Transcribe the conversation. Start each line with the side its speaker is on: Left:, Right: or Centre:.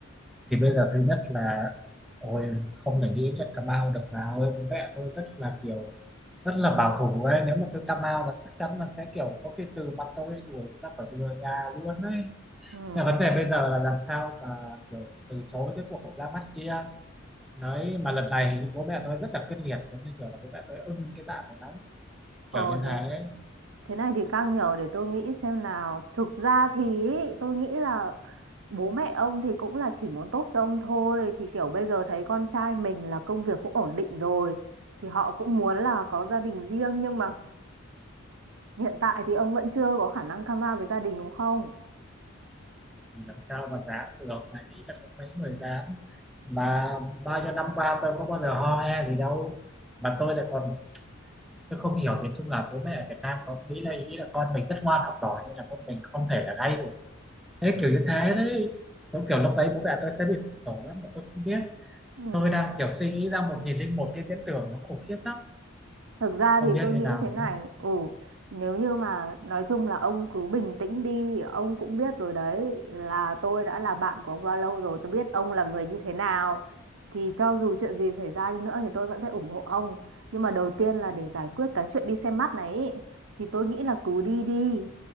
Centre: Thì bây giờ thứ nhất là ôi, không thể đi đến trận Cà Mau được nào. Ôi, bố mẹ tôi rất là kiểu rất là bảo thủ ấy. Nếu mà tôi Cà Mau là chắc chắn là sẽ kiểu có khi từ mặt tôi đuổi tôi ra khỏi cửa nhà luôn ấy.
Right: ừ
Centre: Nhưng mà vấn đề bây giờ là làm sao mà kiểu từ chối cái cuộc ra mắt kia. Nói mà lần này thì bố mẹ tôi rất là quyết liệt giống như kiểu là bố mẹ tôi ưng cái bạn này lắm kiểu
Right: ờ
Centre: như
Right: thế
Centre: thế ấy.
Right: Thế này thì càng nhiều để tôi nghĩ xem nào. Thực ra thì ý, tôi nghĩ là bố mẹ ông thì cũng là chỉ muốn tốt cho ông thôi. Thì kiểu bây giờ thấy con trai mình là công việc cũng ổn định rồi. Thì họ cũng muốn là có gia đình riêng nhưng mà hiện tại thì ông vẫn chưa có khả năng come out với gia đình đúng không?
Centre: thì làm sao mà dám được này nghĩ là có mấy người dám mà bao nhiêu năm qua tôi có bao giờ ho he gì đâu mà tôi lại còn tôi không hiểu nhìn chung là bố mẹ ở Việt Nam có nghĩ là ý là con mình rất ngoan học giỏi nên là con mình không thể là gay được thế kiểu như thế đấy đúng kiểu lúc đấy bố mẹ tôi sẽ bị sụp đổ lắm mà tôi không biết
Right: Ừ.
Centre: tôi đang kiểu suy nghĩ ra một nghìn linh một cái viễn tưởng nó khủng khiếp lắm
Right: Thực ra
Centre: không
Right: thì
Centre: biết
Right: tôi
Centre: như
Right: nghĩ
Centre: nào
Right: thế này,
Centre: nữa
Right: ừ, nếu như mà nói chung là ông cứ bình tĩnh đi, ông cũng biết rồi đấy là tôi đã là bạn của ông bao lâu rồi, tôi biết ông là người như thế nào. Thì cho dù chuyện gì xảy ra đi nữa thì tôi vẫn sẽ ủng hộ ông. Nhưng mà đầu tiên là để giải quyết cái chuyện đi xem mắt này ý, thì tôi nghĩ là cứ đi đi,